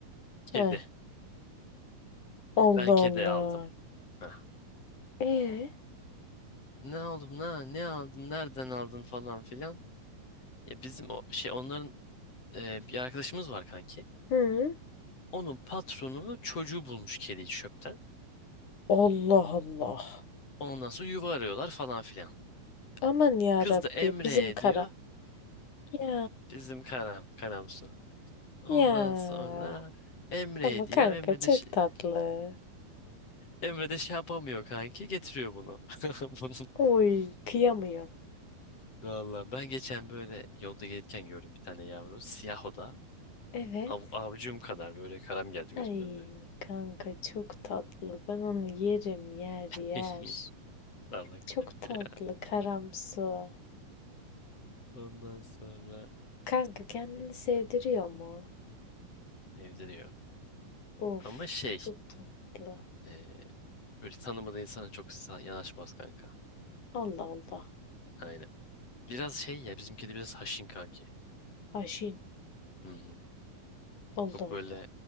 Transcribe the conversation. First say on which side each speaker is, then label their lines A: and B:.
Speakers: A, on the left; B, on the left.
A: Kedi.
B: Heh. Allah
A: Ben kedi
B: Allah.
A: aldım. Heh.
B: E.
A: Ne oğlum ne ne aldın nereden aldın falan filan. Ya bizim o şey onların e, bir arkadaşımız var kanki.
B: Hı.
A: Onun patronunu çocuğu bulmuş kediyi çöpten.
B: Allah Allah.
A: Ondan sonra yuva arıyorlar falan filan.
B: Aman ya
A: Kız
B: Rabbi
A: da Emre'ye
B: bizim kara.
A: diyor.
B: Ya
A: Bizim Karam, Karamsu. Ondan
B: Ya
A: sonra Emre'ye
B: ama
A: diyor.
B: kanka
A: Emre
B: çok
A: de, şey-
B: tatlı.
A: Emre de şey yapamıyor kanki. Getiriyor bunu. <laughs> Bunun
B: Oy kıyamıyorum.
A: Valla ben geçen böyle yolda gelirken gördüm bir tane yavru. Siyah o da.
B: Evet.
A: Av, avucum kadar böyle karam geldi gözümün
B: Ay
A: önüne.
B: kanka çok tatlı. Ben onu yerim yer yer.
A: <laughs> Salak
B: Çok
A: tipli
B: tatlı
A: ya.
B: karamsu.
A: Ondan sonra
B: Kanka kendini
A: ne-
B: sevdiriyor mu?
A: sevdiriyor.
B: Of
A: Ama şey
B: çok tatlı.
A: e, böyle tanımadığı insana çok sa- yanaşmaz kanka.
B: Allah Allah.
A: Aynen. Biraz şey ya bizim kedi biraz haşin kanki.
B: Haşin.
A: Hı hı.
B: Allah
A: Çok böyle
B: Allah.